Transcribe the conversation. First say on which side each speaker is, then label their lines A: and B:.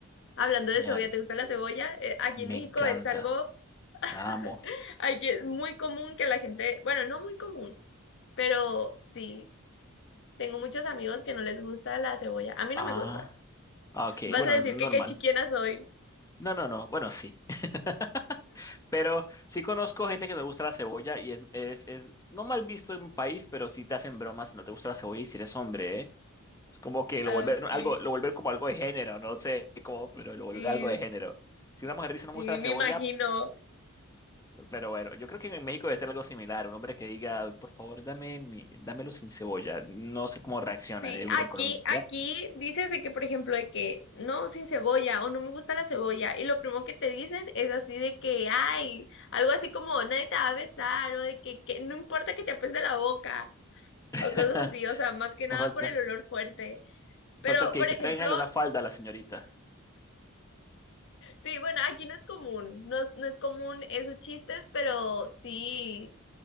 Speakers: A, on the left; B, on the left.
A: Hablando de
B: ay,
A: cebolla, ¿te gusta la cebolla? Eh, aquí
B: me
A: en México
B: encanta.
A: es algo <laughs>
B: La amo.
A: Aquí es muy común que la gente, bueno, no muy común, pero sí, tengo muchos amigos que no les gusta la cebolla. A mí
B: Ah.
A: no me gusta.
B: Ah, Ok,
A: Vas
B: bueno,
A: a decir
B: normal.
A: que qué chiquiana soy.
B: No, no, no. Bueno, sí. <laughs> Pero sí conozco gente que no le gusta la cebolla y es, es, es no mal visto en un país, pero sí te hacen bromas si no te gusta la cebolla y si eres hombre, ¿eh? Es como que lo
A: Ah,
B: vuelven
A: Ok.
B: algo, lo vuelven como algo de género, no sé cómo, pero
A: Sí,
B: lo vuelven algo de género. Si una mujer dice
A: sí,
B: no me gusta la cebolla,
A: me imagino.
B: pero bueno, yo creo que en México debe ser algo similar. Un hombre que diga, por favor, dame mi, dámelo sin cebolla. No sé cómo reaccionan,
A: Sí,
B: ¿eh? Pero
A: aquí,
B: en Colombia.
A: aquí dices de que, por ejemplo, de que no, sin cebolla o no me gusta la cebolla. Y lo primero que te dicen es así de que, ay, algo así como nadie te va a besar o de que, que no importa que te apeste la boca
B: <laughs>
A: o cosas así. O sea, más que nada
B: No falta,
A: por el olor fuerte. Pero,
B: falta el que
A: por
B: dice,
A: ejemplo,
B: tráiganle una falda a la señorita.
A: sí, bueno, aquí no es común, no es, no es común esos chistes, pero sí.